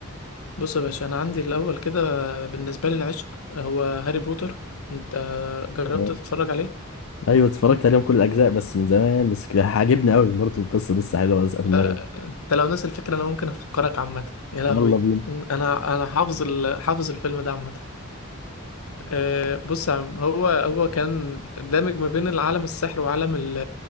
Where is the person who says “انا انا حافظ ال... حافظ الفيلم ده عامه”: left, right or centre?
Left